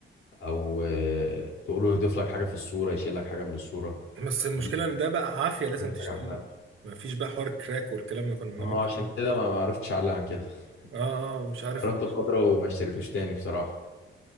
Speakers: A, on the left; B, on the right.
A: او آه، تقول له يضيف لك حاجه في الصوره يشيل لك حاجه من الصوره
B: بس المشكلة
A: دي
B: ان ده بقى عافية لازم
A: أكتر
B: تشتريه
A: حاجه عملها.
B: مفيش بقى حوار كراك والكلام اللي كنا بنعمله
A: هو عشان
B: فيه
A: كده ما ما عرفتش اعلى عن كده
B: اه اه
A: <laughs>
B: مش عارف
A: جربته
B: ال...
A: فتره وما اشتريتوش تاني بصراحه